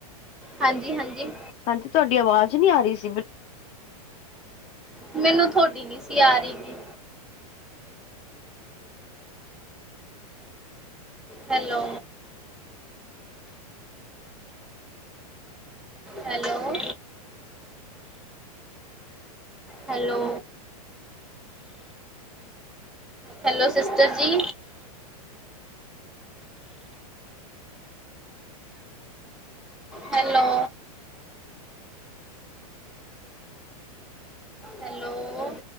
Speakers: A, in the centre; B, on the left.
A: ਹਾਂਜੀ ਹਾਂਜੀ।
B: ਹਾਂਜੀ, ਤੁਹਾਡੀ ਆਵਾਜ਼ ਨੀ ਆ ਰੀ ਸੀ, ਬਿਲ
A: ਮੈਨੂੰ ਥੋਡੀ ਨੀ ਸੀ ਆ ਰੀ ਗੀ। Hello. Hello. Hello. Hello, sister ਜੀ। ਹੈਲੋ। ਹੈਲੋ